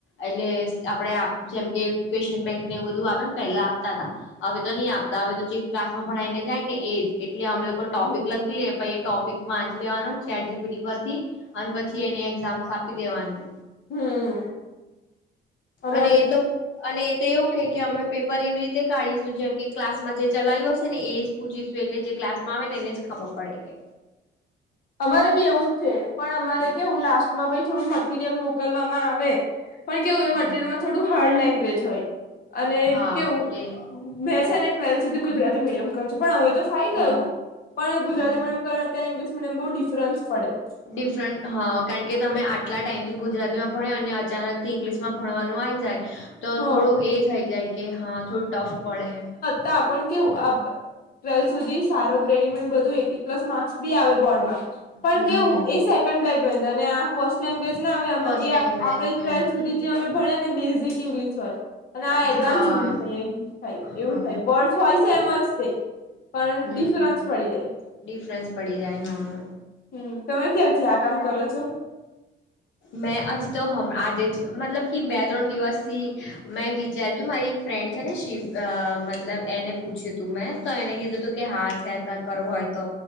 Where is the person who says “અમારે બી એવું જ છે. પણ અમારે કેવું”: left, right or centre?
Left